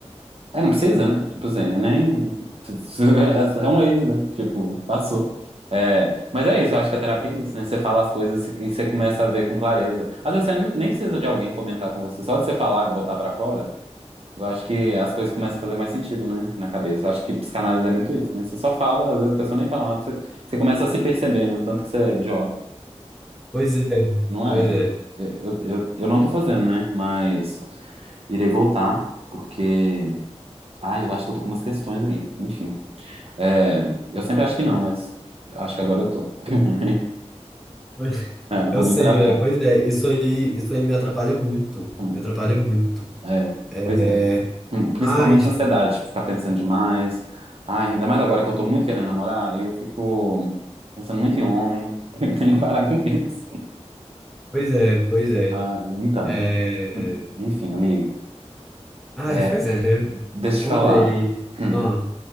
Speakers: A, on the right (about 60°); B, in the centre.
A: é, não precisa, né? Tipo assim, eu nem. <laughs> É um ex, né? Tipo, passou. É, mas é isso, eu acho que a terapia é isso, né? Você fala as coisas e você começa a ver com clareza. Às vezes você nem precisa de alguém comentar com você, só de você falar, botar pra fora, Eu acho que as coisas começam a fazer mais sentido, né? Na cabeça. Eu acho que psicanálise é muito isso, né? Você só fala, às vezes a pessoa nem fala nada, você, você começa a se perceber, né? O tanto que você é idiota.
B: pois é,
A: Não
B: pois
A: é?
B: é.
A: Eu, eu, eu não tô fazendo, né? Mas irei voltar, porque. Ah, eu acho que eu tô com umas questões aí. Enfim. É, eu sempre acho que não, mas eu acho que agora eu tô. <laughs>
B: pois-
A: É, eu
B: Eu
A: vou
B: sei,
A: me tratar.
B: velho, pois é. Isso aí, isso aí me atrapalha muito.
A: Hum.
B: Me atrapalha muito.
A: É,
B: É.
A: pois é. Hum, Principalmente
B: Ai,
A: ansiedade, ficar pensando demais. Ai, ainda mais agora que eu tô muito querendo namorar, aí eu fico pensando muito em homem. <laughs> Eu tenho que parar com isso.
B: pois é, pois é.
A: Ah, então,
B: É...
A: Hum, enfim, amigo.
B: Ai,
A: É,
B: pois é, né?
A: deixa eu
B: Vamos
A: te falar.
B: ver aí.
A: Hum,
B: Ó,